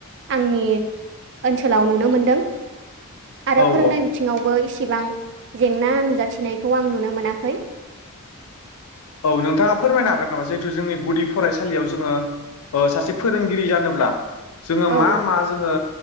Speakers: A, on the right; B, on the left.
A: आंनि ओनसोलाव नुनो मोनदों आरो
B: औ
A: फोरोंनाय
B: औ
A: बिथिङावबो इसिबां जेंना नुजाथिनायखौ आं नुनो मोनाखै।
B: औ नोंथाङा फोरमायनो हागोन नामा जिहेतु जोंनि गुदि फरायसालियाव जोङो सासे फोरोंगिरि जानोब्ला जोङो
A: औ
B: मा मा जोङो